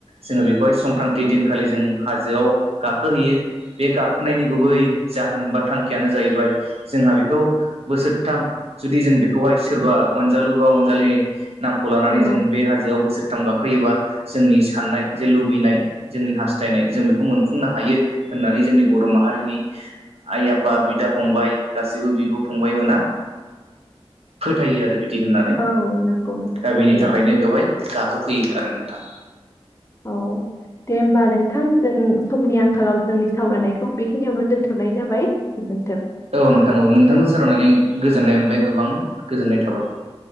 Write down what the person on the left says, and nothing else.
औ
औ नंगौ नोंथां
थारैनो
औ दे होमबा नोंथां जों समनि आंखालाव जोंनि सावरायनायखौ बेखिनियावनो दोनथ'नाय जाबाय गोजोनथों।